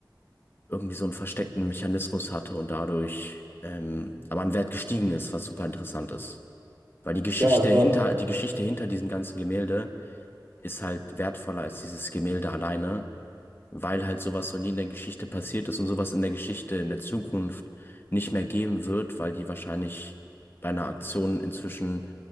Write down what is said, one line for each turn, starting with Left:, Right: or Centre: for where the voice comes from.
Left: irgendwie so einen versteckten Mechanismus hatte und dadurch ähm, aber an Wert gestiegen ist, was super interessant ist. Weil die Geschichte
Right: Ja, es
Left: hinter,
Right: war,
Left: die Geschichte hinter diesem ganzen Gemälde ist halt wertvoller als dieses Gemälde alleine, weil halt sowas noch nie in der Geschichte passiert ist und sowas in der Geschichte in der Zukunft nicht mehr geben wird, weil die wahrscheinlich bei einer Aktion inzwischen